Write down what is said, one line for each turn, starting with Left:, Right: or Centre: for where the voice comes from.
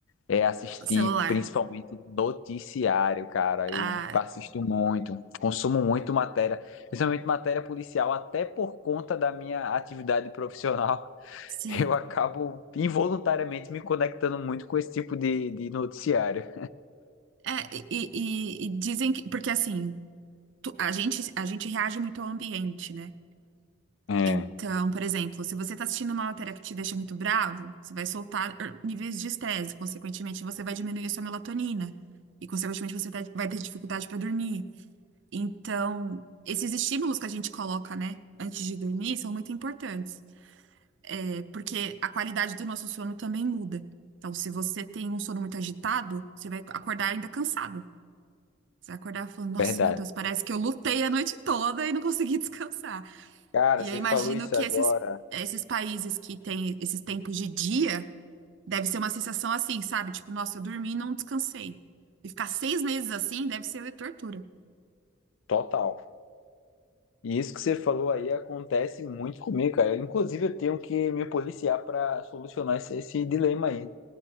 Left: É assistir
Right: Celular.
Left: principalmente noticiário, cara.
Right: Ah,
Left: Eu assisto muito, consumo muito matéria, principalmente matéria policial, até por conta da minha atividade profissional. <laughs>
Right: sim.
Left: Eu acabo involuntariamente me conectando muito com esse tipo de, de noticiário.
Right: É, e, e- e dizem que. Porque assim, tu- a gente, a gente reage muito ao ambiente, né?
Left: É,
Right: Então, por exemplo, se você está assistindo uma matéria que te deixa muito bravo, você vai soltar eh, níveis de estresse, consequentemente, você vai diminuir a sua melatonina, e, consequentemente, você tá- vai ter dificuldade para dormir. Então, esses estímulos que a gente coloca, né, antes de dormir, são muito importantes, eh, porque a qualidade do nosso sono também muda. Então, se você tem um sono muito agitado, você vai acordar ainda cansado. Você vai acordar falando, nossa,
Left: verdade.
Right: meu Deus, parece que eu lutei a noite toda e não consegui <laughs> descansar.
Left: Cara,
Right: E
Left: você
Right: eu imagino
Left: falou isso
Right: que
Left: agora.
Right: esses, esses países que têm esses tempos de dia, deve ser uma sensação assim, sabe? Tipo, nossa, eu dormi e não descansei. E ficar seis meses assim deve ser tortura.
Left: Total. E isso que você falou aí acontece muito comigo, cara. Eu, Inclusive, eu tenho que me policiar para solucionar esse, esse dilema aí.